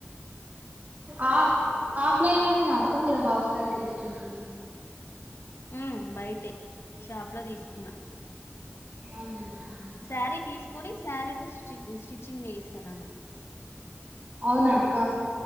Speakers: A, on the right; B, on the left.
A: ఆ ఆఫ్ లైన్ లోనేను అక్క మీరు హాఫ్ శారీ తీసుకుండి
B: ఉమ్ బయటే షాప్ లో తీసుకున్నా
A: అవున
B: శారీ తీసుకొని శారీతో స్టి స్టిచ్చింగ్ చేయిస్తాన అన్న
A: అవునా అక్క